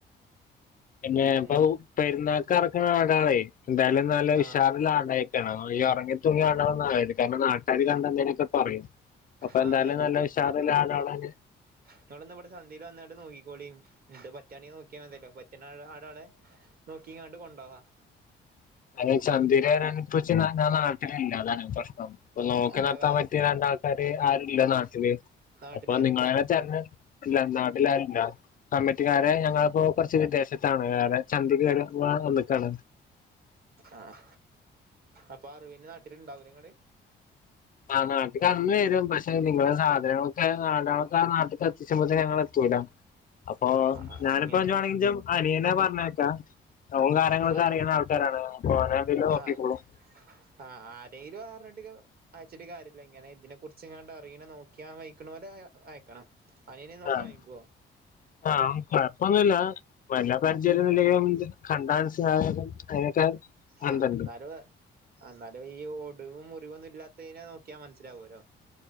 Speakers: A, on the left; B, on the right.
A: പിന്നെ ഇപ്പൊ
B: ഏഹ്
A: പെരുന്നാൾക്ക് ഇറക്കുന്ന നാടാളെ എന്തായാലും നല്ല വിഷാദിലാണ്ടെ
B: ആഹ്
A: കാരണം ഈ ഇറങ്ങിത്തൂങ്ങിയാണത് കാരണം നാട്ടാര് കണ്ടാന്തേലുക്കെ പറയും അപ്പൊ
B: ആഹ്
A: എന്തായാലും നല്ല ഉഷാറുള്ള <unintelligible>
B: ഇങ്ങളിന്ന് ഇവിടെ ചന്തയിൽ വന്നിട്ട് നോക്കിക്കോളീന്ന് ഇണ്ട് പറ്റാണി നോക്കിയാ മതില്ലോ പറ്റുന്ന ആടാളെ നോക്കി കണ്ട് കൊണ്ടോവാം
A: അതിന് ചന്തയിൽ വരാന് പക്ഷെ ഞാൻ നാട്ടിലില്ല അതാണ് പ്രശ്നം ഇപ്പൊ നോക്കി
B: അല്ല
A: നടത്താൻ
B: വേ
A: പറ്റിയ രണ്ടാൾക്കാര് ആരുല്ല നാട്ടില്
B: നാട്ടിലാരുല്ല
A: അപ്പൊ നിങ്ങള് <unintelligible> നാട്ടിലാരുമില്ല കമ്മിറ്റിക്കാരെ
B: ആഹ്
A: ഞങ്ങളിപ്പോ കുറച്ച് വിദേശത്താണ് വേറെ ചന്തിക്ക് വേറെ വന്നക്കാണ്
B: ആഹ് അപ്പൊ അറവിന് നാട്ടിലുണ്ടാവില്ലേ നിങ്ങള്
A: ആഹ് നാട്ടിൽക്ക് അന്ന് വരും പക്ഷെ നിങ്ങളെ സാധനങ്ങളൊക്കെ സാധനങ്ങളൊക്കെ ആഹ് നാട്ടിൽക്ക് എത്തിച്ചുമ്പത്തിന് ഞങ്ങൾ എത്തൂല. അപ്പൊ
B: ആഹ്
A: ഞാനിപ്പോ
B: അങ്ങനെ
A: <unintelligible> അനിയനാ പറഞ്ഞേക്കാ അപ്പം കാര്യങ്ങളൊക്കെ
B: ആഹ്
A: അറിയുന്ന ആൾക്കാരാണ് അപ്പൊ ഓനെ എന്തേലും നോക്കിക്കോളും.
B: ആഹ് ആഹ് ആരെങ്കിലും അറിഞ്ഞിട്ടിക്ക അയച്ചിട്ട് കാര്യമില്ല ഇങ്ങനെ ഇതിനെ കുറിച്ച് ഇങ്ങാണ്ട് അറിയണ നോക്കിയാൻ വെയ്ക്കു ണോലെ അയക്കണം. അനിയന് നോക്കാം
A: ആഹ്
B: വെയ്ക്കോ
A: ആഹ് കുഴപ്പമൊന്നുല്ല വല്ല പരിചയം ഇല്ലെങ്കിലും കണ്ടാ മനസ്സിലാവും അതിനൊക്കെ
B: ആഹ്
A: അന്തണ്ട്
B: എന്നാലും എന്നാലും ഈ ഒടുവും മുറിവും ഒന്നും ഇല്ലാത്തതിനെ നോക്കിയാൽ മനസ്സിലാവുല്ലോ.